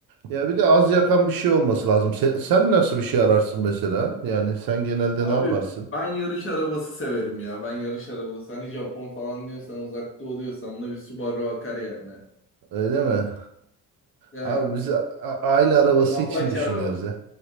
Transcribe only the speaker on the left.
Abi
ben yarış arabası severim ya. Ben yarış arabası. Hani Japon falan diyorsan uzakta oluyorsan da bir Subaru akar yani.
Ya
biz Apache
araba.